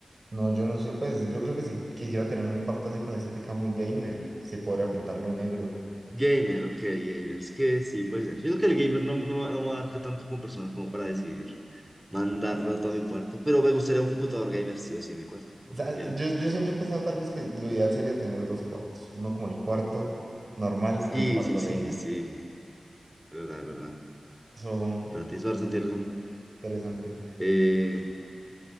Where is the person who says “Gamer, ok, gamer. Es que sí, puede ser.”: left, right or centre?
Centre